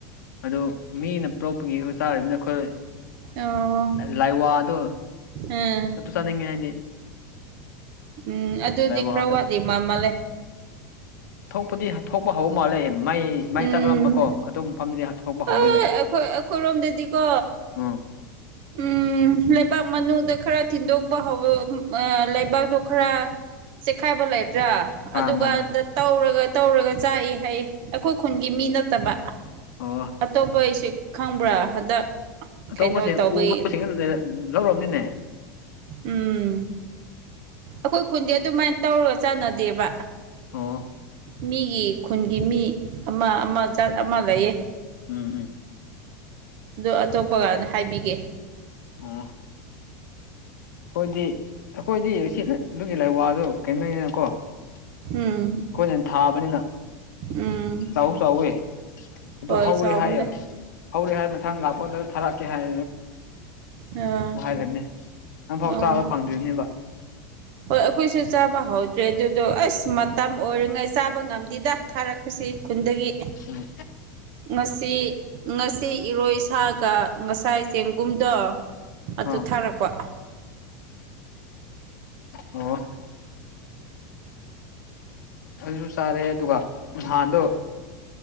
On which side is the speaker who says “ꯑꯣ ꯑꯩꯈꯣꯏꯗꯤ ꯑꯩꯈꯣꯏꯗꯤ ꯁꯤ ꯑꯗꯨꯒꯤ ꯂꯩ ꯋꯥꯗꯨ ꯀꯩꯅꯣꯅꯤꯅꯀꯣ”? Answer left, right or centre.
Left